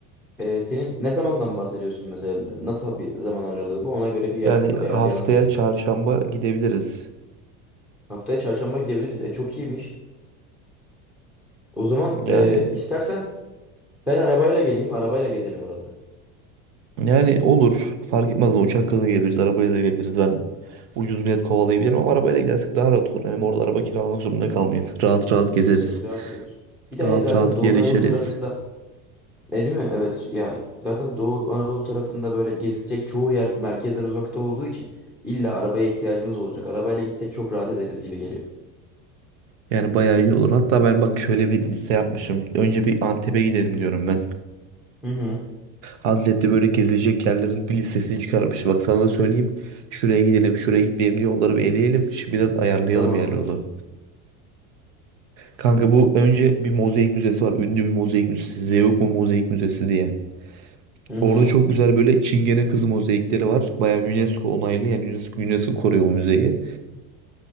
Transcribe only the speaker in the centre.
Ee, senin ne zamandan bahsediyorsun mesela? Nasıl bir zaman aralığı bu? Ona göre bir yer
ayarlayalım
yani.
Haftaya çarşamba gidebiliriz. E çok iyiymiş. O zaman
e, istersen ben arabayla geleyim. Arabayla gezelim oraları.
Evet evet rahat oluruz. Bir de
hani zaten
Doğu
Anadolu
tarafında E değil mi? Evet ya zaten Doğu Anadolu tarafında böyle gezilecek çoğu yer merkezden uzakta olduğu için illa arabaya ihtiyacımız olacak. Arabayla gitsek çok rahat ederiz gibi geliyor.
Hı hı.
Tamamdır.
Hı hı.